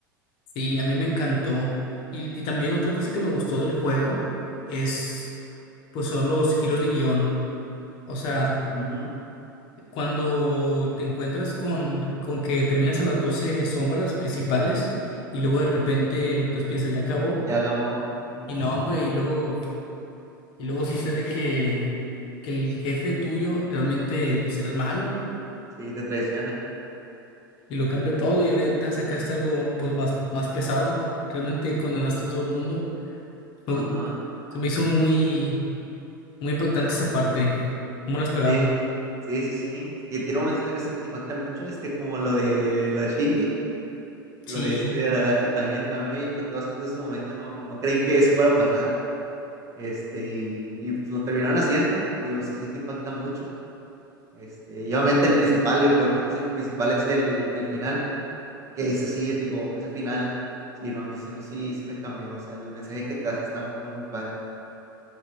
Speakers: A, on the left (about 45°); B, on the right (about 25°).
A: Sí,
B: ¿no
A: a mí
B: crees?
A: me encantó. Y, y también otra cosa que me gustó del juego es, pues son los giros de guión. O sea,
B: Los, ujú,
A: cuando te encuentras con, con que terminas a las 12 sombras principales y luego de repente, pues piensas, ya acabó.
B: y hagamos, ujú,
A: Y no, hombre, y luego Y luego sucede que, que el jefe tuyo realmente pues era el malo
B: sí, te traiciona,
A: y lo cambia todo y ahorita sacaste algo pues más, más pesado. Realmente condenaste a todo el mundo. Me
B: ajá.
A: gu- se me hizo muy, muy impactante esa parte. No me lo esperaba.
B: Sí, sí, sí, sí. Tie- Tiene momentos también así que te impactan mucho, este, como lo de lo de Shinji, lo
A: Sí,
B: de este Aragaki también, a mí me impactó bastante en su momento, no, no creí que eso fuera a pasar. Este, y, y, pues lo terminaron haciendo, y pues sí, sí te impacta mucho. Este, y obviamente el principal, yo, yo creo que es el principal, es el, el final, que ese sí, te digo, ese final, sí, no, a mí, sí- a mí sí, sí me cambió, o sea, el mensaje que te hace está muy, muy padre,